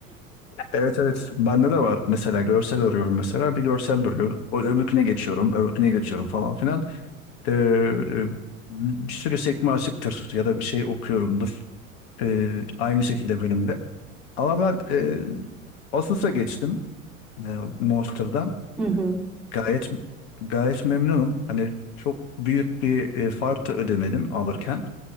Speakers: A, on the left; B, in the centre.
A: Evet evet bende de var mesela görsel arıyorum mesela bir görsel duruyor o öbürküne geçiyorum öbürküne geçiyorum falan filan Ee, e, bir sürü sekme açıktır ya da bir şey okuyorumdur Ee, aynı şekilde benim de ama ben e, Asus'a geçtim e, Monster'dan
B: <laughs> Hı hı.
A: gayet gayet memnunum hani çok büyük bir e, fark da ödemedim alırken